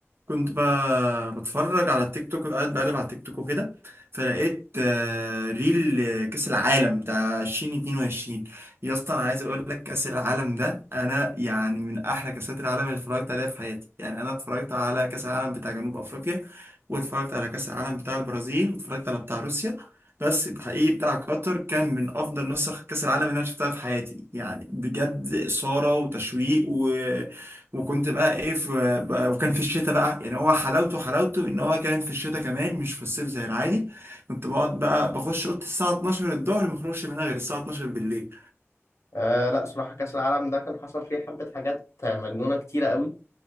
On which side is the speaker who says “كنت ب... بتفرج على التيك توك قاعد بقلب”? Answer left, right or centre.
Right